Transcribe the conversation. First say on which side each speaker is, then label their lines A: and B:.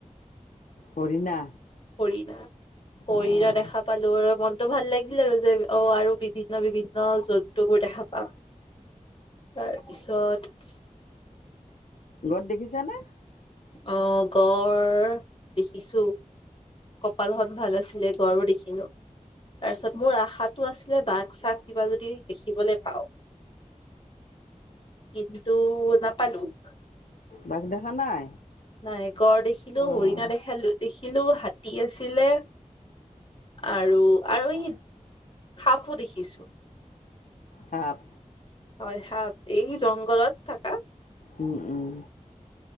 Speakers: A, on the left (about 75°); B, on the left (about 40°).
A: হৰিণা।
B: হৰিণা হৰিণা
A: আহ
B: দেখা পালো আৰু মনটো ভাল লাগিল আৰু যে অ আৰু বিভিন্ন বিভিন্ন জন্তুবোৰ দেখা পাম তাৰপিছত।
A: গড় দেখিছানে।
B: অ গড় দেখিছো কপালখন ভাল আছিলে গড়ো দেখিলো তাৰপিছত মোৰ আশাটো আছিলে বাঘ চাগ কিবা যদি দেখিবলৈ পাওঁ। কিন্তু নাপালো ।
A: বাঘ দেখা নাই।
B: নাই গড় দেখিলো
A: অঁ
B: হৰিণা দেখা দেখিলো হাতী আছিলে আৰু আৰু এই সাপো দেখিছো ।
A: সাপ।
B: হয় সাপ এই জংঘলত থাকা।
A: উম উম।